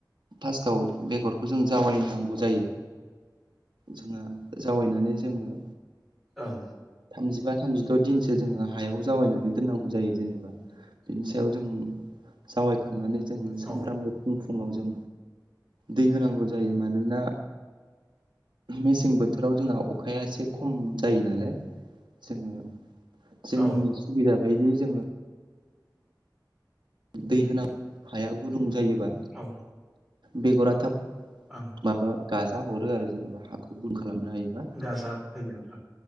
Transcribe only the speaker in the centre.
ओं
औ
औ
औ
ओं
गाजा फैगोन